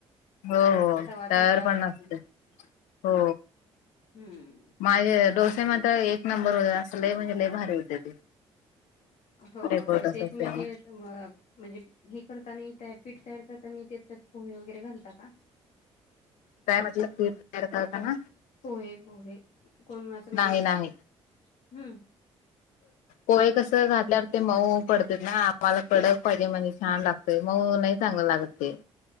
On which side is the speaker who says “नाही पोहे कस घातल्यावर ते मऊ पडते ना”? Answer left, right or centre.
Left